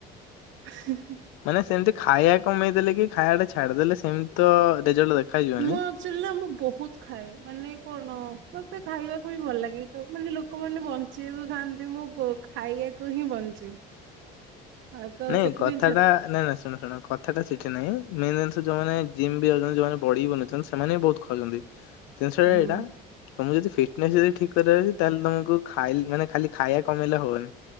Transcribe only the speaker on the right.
ଆ ହାଁ
ମୁଁ ଆକ୍ଚୁଆଲି ନା ମୁଁ ବହୁତ ଖାଏ। ମାନେ କଣ? ମତେ ଖାଇବାକୁ ହିଁ ଭଲ ଲାଗେ। ତ ଅଛନ୍ତି ଲୋକମାନେ ବଞ୍ଚିବାକୁ ଖାଆନ୍ତି, ମୁଁ ପୁ ଖାଇଆକୁ ହିଁ ବଞ୍ଚେ। ଆଉ ତ
ସେଥିପାଇଁ
ଛାଡି
ହୁଁ